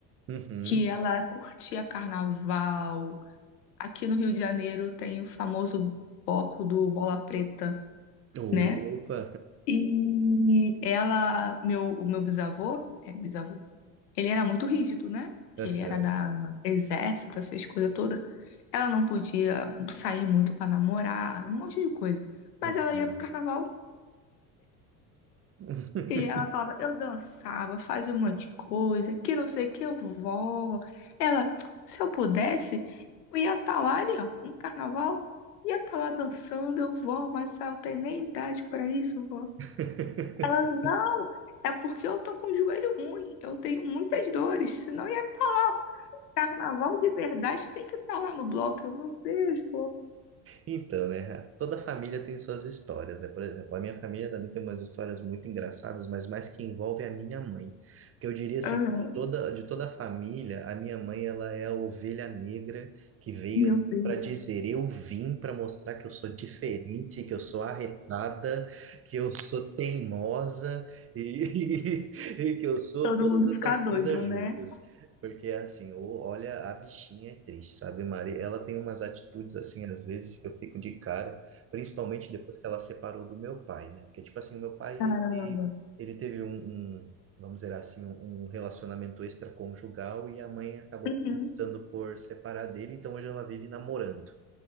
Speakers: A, on the right; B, on the left.
A: Uhum.
B: que ela curtia carnaval. Aqui no Rio de Janeiro tem o famoso bloco do Bola Preta,
A: Opa!
B: né? E ela, meu, o meu bisavô, é bisavô, ele era muito rígido, né? Que
A: <laughs>
B: ele era da exército, essas coisas todas. Ela não podia sair muito pra namorar, um monte de coisa.
A: Entendo.
B: Mas ela ia pro carnaval
A: <laughs>
B: E ela falava, eu dançava, fazia um monte de coisa, que não sei o que, eu vou. Ela, se eu pudesse, eu ia estar lá ali, ó, no carnaval, ia estar lá dançando, eu vou, mas eu não tenho nem idade para isso, vó.
A: <laughs>
B: Ela, não, é porque eu tô com o joelho ruim, eu tenho muitas dores, senão ia estar lá. Carnaval de verdade tem que estar lá no bloco. Eu, meu Deus, vó.
A: Então, né? Toda família tem suas histórias, né? Por exemplo, a minha família também tem umas histórias muito engraçadas, mas mais que envolve a minha mãe. Porque eu diria assim,
B: Aham,
A: de toda, de toda a família, a minha mãe, ela é a ovelha negra que veio
B: Meu
A: assim
B: Deus,
A: para dizer, eu vim para mostrar que eu sou diferente, que eu sou arretada, que eu sou teimosa e, <laughs> e que eu sou
B: todo
A: todas
B: mundo
A: essas
B: fica doido,
A: coisas
B: né?
A: juntas. Porque assim, o- olha, a bichinha é triste, sabe, Mari? Ela tem umas atitudes assim, às vezes, que eu fico de cara, principalmente depois que ela separou do meu pai, né? Porque, tipo assim, o meu pai,
B: Caramba.
A: ele, ele teve um, um, vamos dizer assim, um, um relacionamento extraconjugal e a mãe acabou
B: Uhum.
A: optando por separar dele, então hoje ela vive namorando.